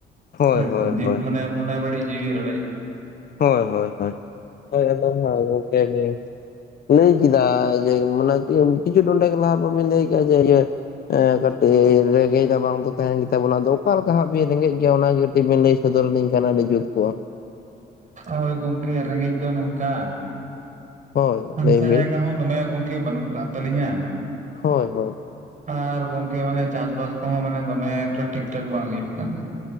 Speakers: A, on the left (about 50°); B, on the right (about 40°).
A: ᱦᱳᱭ
B: ᱦᱚᱭ,
A: ᱦᱳᱭ ᱦᱳᱭ
B: ᱢᱟᱱᱮ ᱢᱚᱱᱮ ᱵᱟᱹᱲᱤᱡ ᱡᱤᱣᱤ ᱨᱟᱲᱮᱡᱽ᱾
A: ᱦᱳᱭ, ᱦᱳᱭ, ᱦᱳᱭ ᱦᱮᱸ ᱟᱫᱚ ᱦᱟᱸᱜ ᱚᱱᱠᱟ ᱜᱮ ᱞᱟᱹᱭ ᱠᱮᱫᱟᱭ ᱡᱮ ᱢᱟᱱᱮ ᱠᱤᱪᱷᱩ ᱴᱚᱱᱰᱮᱠ ᱞᱟᱦᱟ ᱵᱟᱹᱵᱤᱱ ᱞᱟᱹᱭ ᱠᱮᱜᱟ ᱡᱮ ᱤᱭᱟᱹ ᱮ ᱠᱟᱹᱴᱤᱡ ᱨᱮᱸᱜᱮᱡ ᱨᱟᱵᱟᱝ ᱫᱚ ᱛᱟᱦᱮᱸᱱ ᱜᱮᱛᱟᱵᱚᱱᱟ, ᱟᱫᱚ ᱚᱠᱟ ᱞᱮᱠᱟ ᱦᱟᱸᱜ ᱵᱤᱱ ᱨᱮᱸᱜᱮᱡ ᱜᱮᱭᱟ ᱚᱱᱟᱜᱮ ᱠᱟᱹᱴᱤᱡ ᱵᱤᱱ ᱞᱟᱹᱭ ᱥᱚᱫᱚᱨ ᱟᱞᱤᱧ ᱠᱷᱟᱱ ᱟᱹᱰᱤ ᱡᱩᱛ ᱠᱚᱜᱼᱟ᱾
B: ᱦᱳᱭ ᱜᱚᱝᱠᱮ ᱨᱮᱸᱜᱮᱡ ᱫᱚ ᱱᱚᱝᱠᱟ,
A: ᱦᱳᱭ
B: ᱦᱟᱥᱟ
A: ᱞᱟᱹᱭ ᱵᱤᱱ
B: ᱡᱟᱭᱜᱟ ᱦᱚᱸ ᱫᱚᱢᱮ ᱜᱚᱝᱠᱮ ᱵᱟᱹᱱᱩᱜ ᱠᱟᱜ ᱛᱟᱹᱞᱤᱧᱟ,
A: ᱦᱳᱭ ᱦᱳᱭ
B: ᱟᱨ ᱜᱚᱝᱠᱮ ᱢᱟᱱᱮ ᱪᱟᱥᱵᱟᱥ ᱠᱚᱦᱚᱸ ᱢᱟᱱᱮ ᱫᱚᱢᱮ ᱮᱠᱴᱟ ᱴᱷᱤᱠ ᱴᱷᱟᱠ ᱵᱟᱝ ᱦᱤᱭᱩᱜ ᱠᱟᱱᱟ᱾